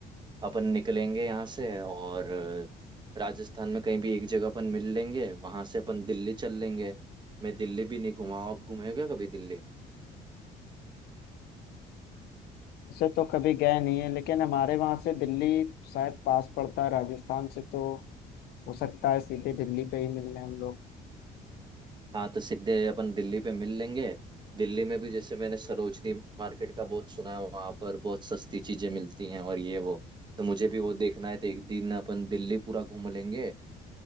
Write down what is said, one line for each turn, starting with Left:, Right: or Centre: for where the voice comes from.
Right: अपन निकलेंगे यहाँ से और राजस्थान में कहीं भी एक जगह अपन मिल लेंगे वहां से अपन दिल्ली चल लेंगे मैं दिल्ली भी नहीं घुमा हूं। आप घूमे क्या कभी दिल्ली
Left: वैसे तो कभी गए नहीं है लेकिन हमारे वहां से दिल्ली शायद पास पड़ता है राजस्थान से तो हो सकता है सीधे दिल्ली पे ही मिलने हम लोग
Right: हाँ तो सीधे अपन दिल्ली पे मिल लेंगे दिल्ली में भी जैसे मैंने सरोजनी मार्केट का बहुत सुना है वहां पर बहुत सस्ती चीजें मिलती हैं और ये वो तो मुझे भी वो देखना है तो एक दिन अपन दिल्ली पूरा घूम लेंगे